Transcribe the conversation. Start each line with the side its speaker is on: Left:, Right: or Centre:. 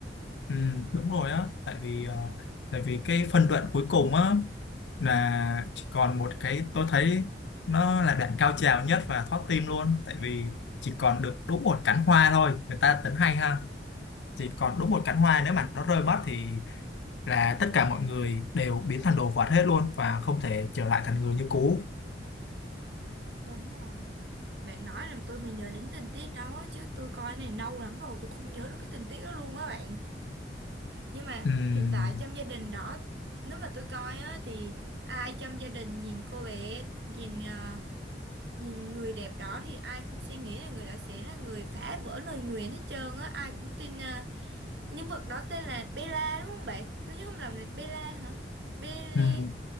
Left: ừ, đúng rồi á tại vì ờ, tại vì cái phân đoạn cuối cùng á là chỉ còn một cái tôi thấy nó là đoạn cao trào nhất và thót tim luôn tại vì chỉ còn được đúng một cánh hoa thôi người ta tính hay ha chỉ còn đúng một cánh hoa nếu mà nó rơi mất thì là tất cả mọi người đều biến thành đồ vật hết luôn và không thể trở lại thành người như cũ
Right: đúng rồi bạn nói là tôi mới nhớ đến tình tiết đó chứ tôi coi này lâu lắm rồi tôi không nhớ được cái tình tiết đó luôn á bạn Nhưng mà
Left: Ừm,
Right: hiện tại trong gia đình đó, nếu mà tôi coi á, thì ai trong gia đình nhìn cô bé, nhìn ờ, nhìn người đẹp đó thì ai cũng sẽ nghĩ là người đó sẽ là người phá vỡ lời nguyền hết trơn á. Ai cũng tin ờ, nhân vật đó tên là Bella đúng không bạn? Tôi nhớ không lầm là Bella hả? Bella
Left: ừm,